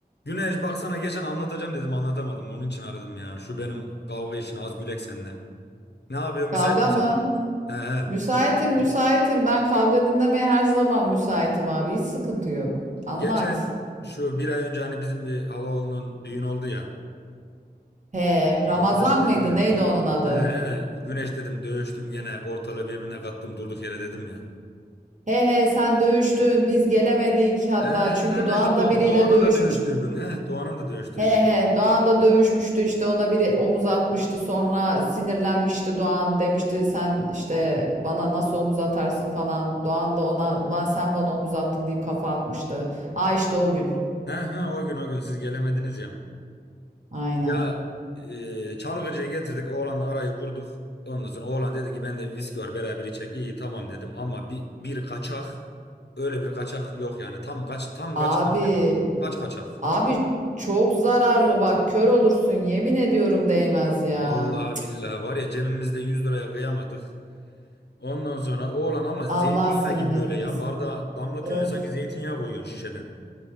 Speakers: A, on the left; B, on the right.
A: Güneş baksana geçen anlatacağım dedim anlatamadım. Onun için aradım ya. Şu benim kavga işini az gülek seninle. Ne yapıyorsun müsait
B: Kavga
A: misin?
B: mı?
A: He he.
B: Müsaitim, müsaitim. Ben kavga dinlemeye her zaman müsaitim abi. Hiç sıkıntı yok. Anlat.
A: Geçen şu bir ay önce hani bizim bir halaoğlunun düğün oldu ya.
B: He, Ramazan
A: Anlatacağım dedim
B: mıydı?
A: ya.
B: Neydi onun adı?
A: He he. Güneş dedim dövüştüm gene ortalığı birbirine kattım durduk yere dedim ya.
B: He he sen dövüştün. Biz gelemedik hatta.
A: He
B: Çünkü
A: he
B: Doğan
A: he şu Do-
B: da biriyle
A: Doğan'ın
B: dövüşmüştü.
A: da dövüştüğü gün. He Doğan'ın da dövüştüğü
B: He he
A: gün.
B: Doğan da dövüşmüştü işte ona biri omuz atmıştı sonra sinirlenmişti Doğan demişti sen işte bana nasıl omuz atarsın falan. Doğan da ona ulan sen bana omuz attın deyip kafa atmıştı. Aa işte o gün.
A: He he o gün o gün siz gelemediniz ya.
B: Aynen.
A: Ya e, çalgıcıyı getirdik oğlanla arayı kurduk. Ondan sonra oğlan dedi ki bende bir viski var beraber içecek. İyi tamam dedim ama bir, bir kaçak öyle bir kaçak yok yani tam kaç tam
B: Abi
A: kaç kaç yani. Kaç kaçak.
B: Abi çok zararlı bak kör olursun yemin ediyorum değmez ya.
A: Vallahi billahi var ya cebimizde 100 liraya kıyamadık. Ondan sonra oğlan ama
B: Allah
A: zeytinyağı
B: senin
A: gibi
B: etmesin.
A: böyle ya bardağa damlatıyorsun
B: Öf.
A: ya sanki zeytinyağı koyuyorsun şişeden.